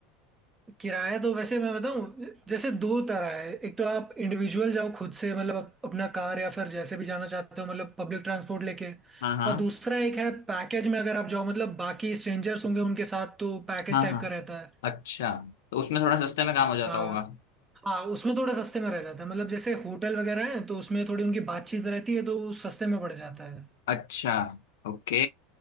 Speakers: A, on the right; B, on the left.
A: किराया तो वैसे मैं बताऊं जैसे दो तरह है एक तो आप इंडिविजुअल जाओ खुद से मतलब अप- अपना कार या फिर जैसे भी जाना चाहते हो मतलब पब्लिक ट्रांसपोर्ट लेके
B: हाँ हाँ
A: और दूसरा एक है पैकेज में अगर आप जाओ मतलब बाकी स्ट्रेंजर्स होंगे उनके साथ तो पैकेज
B: हाँ
A: टाइप
B: हाँ
A: का रहता है
B: अच्छा तो उसमें थोड़ा सस्ते में काम हो जाता
A: हाँ
B: होगा
A: हाँ उसमें थोड़ा सस्ते में रह जाता है मतलब जैसे होटल वगैरह है तो उसमें थोड़ी उनकी बातचीत रहती है तो वो सस्ते में पड़ जाता है
B: अच्छा ओके